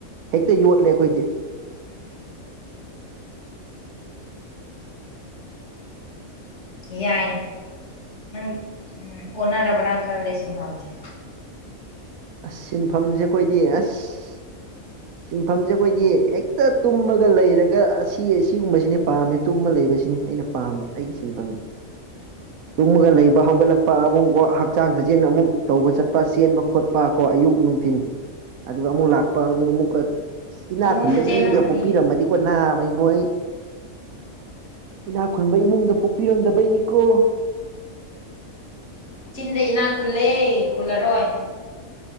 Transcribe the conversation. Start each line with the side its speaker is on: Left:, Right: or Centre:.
Right: ꯍꯦꯛꯇ ꯌꯣꯠꯂꯦ ꯑꯩꯈꯣꯏꯗꯤ
Left: ꯌꯥꯏ ꯅꯪ ꯎꯝ ꯑꯣꯟꯅꯔꯕ꯭ꯔꯥꯟ ꯈꯜꯂꯦ ꯁꯤꯟꯐꯝꯖꯦ
Right: ꯑꯁ ꯁꯤꯟꯐꯝꯖꯦ ꯑꯩꯈꯣꯏꯗꯤ ꯑꯁ
Left: <inaudible>
Right: ꯁꯤꯟꯐꯝꯖꯦ ꯑꯩꯈꯣꯏꯗꯤ ꯍꯦꯛꯇ ꯇꯨꯝꯃꯒ ꯂꯩꯔꯒ ꯑꯁꯤ ꯑꯁꯤꯒꯨꯝꯕꯁꯤꯅꯦ ꯄꯥꯝꯃꯦ ꯇꯨꯝꯃ ꯂꯩꯕꯁꯤꯅꯤ ꯑꯩꯅ ꯄꯥꯝꯕ ꯑꯩꯒꯤ ꯁꯤꯟꯐꯝ
Left: <inaudible>
Right: ꯇꯨꯝꯃꯒ ꯂꯩꯕ ꯍꯧꯒꯠꯂꯛꯄ ꯑꯃꯨꯛ ꯋꯥꯛ ꯍꯛꯆꯥꯡ ꯁꯥꯖꯦꯜ ꯑꯃꯨꯛ ꯇꯧꯕ ꯆꯠꯄ ꯆꯦꯟꯕ ꯈꯣꯠ ꯄꯥ ꯀꯣ ꯑꯌꯨꯛ ꯅꯨꯡꯊꯤꯟ ꯑꯗꯨꯒ ꯑꯃꯨꯛ ꯂꯥꯛꯄ ꯑꯗꯨ ꯑꯃꯨꯛꯀ ꯏꯅꯥꯛ
Left: ꯐꯃꯨꯡꯗ
Right: ꯈꯨꯟꯕ
Left: ꯆꯦꯜꯂꯝꯃꯅꯤꯅꯦ
Right: ꯏꯃꯨꯡꯗꯒ ꯄꯣꯛꯄꯤꯔꯝꯃꯗꯤꯀꯣ ꯅꯥꯕ ꯏꯕꯣ ꯑꯩ ꯏꯅꯥꯛ ꯈꯨꯟꯕ ꯏꯃꯨꯡꯗ ꯄꯣꯛꯄꯤꯔꯝꯗꯕꯩꯅꯤꯀꯣ
Left: ꯆꯤꯟꯗ ꯏꯅꯥꯛ ꯈꯨꯜꯂꯦ ꯈꯨꯜꯂꯔꯣꯏ